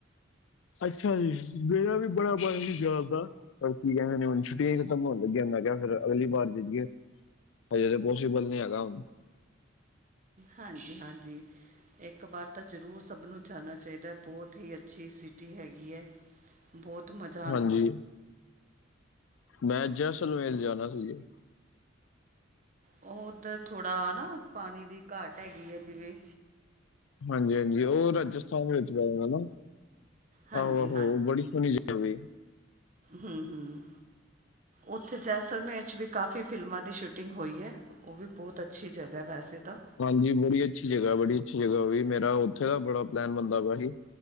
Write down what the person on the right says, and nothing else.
ਹਾਂਜੀ-ਹਾਂਜੀ। ਏਕ ਬਾਰ ਤਾ ਜ਼ਰੂਰ ਸਭ ਨੂੰ ਜਾਣਾ ਚਾਈਦੈ ਬੋਤ ਹੀ ਅੱਛੀ ਸਿਟੀ ਹੈਗੀ ਐ। ਬੋਤ ਮਜ਼
ਉਹ ਓਧਰ ਥੋੜਾ ਨਾ ਪਾਣੀ ਦੀ ਘਾਟ ਹੈਗੀ ਐ ਜਿਵੇਂ।
ਹਾਂਜੀ
ਹਮ-ਹਮ। ਉੱਥੇ ਜੈਸਲਮੇਰ ਚ ਵੀ ਕਾਫੀ ਫਿਲਮਾਂ ਦੀ ਸ਼ੂਟਿੰਗ ਹੋਈ ਐ। ਓ ਵੀ ਬੋਤ ਅੱਛੀ ਜਗ੍ਹਾ ਵੈਸੇ ਤਾ।